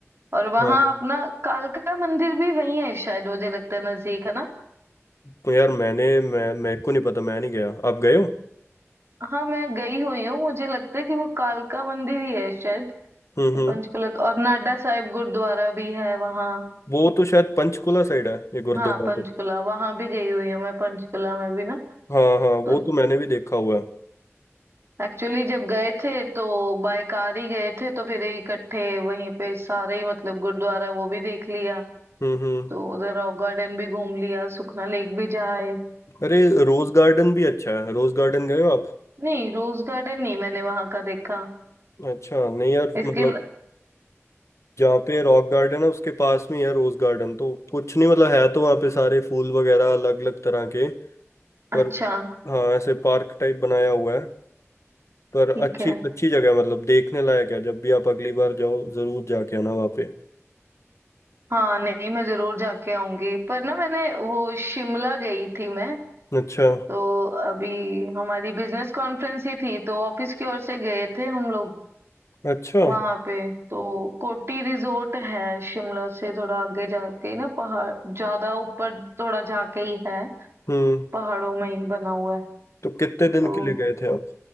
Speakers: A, on the right; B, on the left.
A: और वहां
B: हाँ
A: अपना कालका मंदिर भी वही है शायद मुझे लगता है नजदीक है ना
B: तो यार मैंने मैं मेरे को नहीं पता मैं नहीं गया आप गए हो
A: हाँ मैं गई हुई हूँ मुझे लगता है कि वो कालका मंदिर ही है शायद
B: हम्म
A: तो
B: हम्म
A: पंचकुला और नाडा साहिब गुरुद्वारा भी है वहाँ
B: वो तो शायद पंचकुला साइड है ये गुरुद्वारा
A: हाँ पंचकुला
B: तो
A: वहां भी गई हुई हूँ मैं पंचकुला में भी ना
B: हाँ हाँ
A: तो
B: वो तो मैंने भी देखा हुआ है
A: एक्चुअली जब गए थे तो बाय कार ही गए थे तो फिर इकट्ठे वहीं पे सारे ही मतलब गुरुद्वारा वो भी देख लिया
B: हम्म हम्म
A: तो उधर रॉक गार्डन भी घूम लिया सुखना लेक भी जाए
B: अरे रोज गार्डन भी अच्छा है रोज गार्डन गए हो आप
A: नहीं रोज गार्डन नहीं मैंने वहां का देखा
B: अच्छा नहीं यार
A: इसके
B: मतलब
A: ल-
B: जहाँ पे रॉक गार्डन है उसके पास में ही है रोज गार्डन तो कुछ नहीं मतलब है तो वहाँ पे सारे फूल वगैरह अलग अलग तरह के पर
A: अच्छा
B: हाँ ऐसे पार्क टाइप बनाया हुआ है पर
A: ठीक
B: अच्छी
A: है
B: अच्छी जगह है, मतलब देखने लायक है जब भी आप अगली बार जाओ जरूर जाके आना वहाँ पे
A: हाँ नहीं मैं जरूर जाके आऊंगी पर ना मैंने वो शिमला गई थी मैं
B: अच्छा
A: तो अभी हमारी बिजनेस कॉन्फ्रेंस ही थी तो ऑफिस की ओर से गए थे हम लोग
B: अच्छा
A: वहां पे तो कोटी रिजोर्ट है शिमला से थोड़ा आगे जाके ही ना पहाड़ ज्यादा ऊपर थोड़ा जाके ही है
B: हम्म
A: पहाड़ों में ही बना हुआ है
B: तो कितने दिन
A: तो
B: के लिए गए थे आप